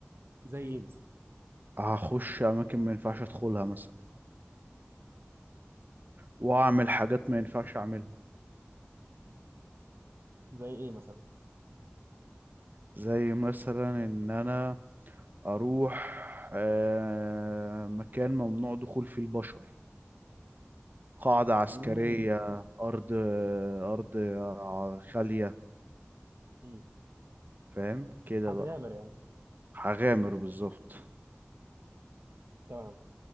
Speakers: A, on the right; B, on the right.
A: زي ايه مثلا؟
B: هخش اماكن ما ينفعش ادخلها مثلا واعمل حاجات ما ينفعش اعملها
A: زي ايه مثلا؟
B: زي مثلا ان انا اروح آه، مكان ممنوع دخول فيه البشر قاعدة عسكرية
A: امم
B: ارض ارض آه، خالية
A: امم
B: فاهم كده
A: هتغامر
B: بقى
A: يعني
B: هغامر بالظبط
A: تمام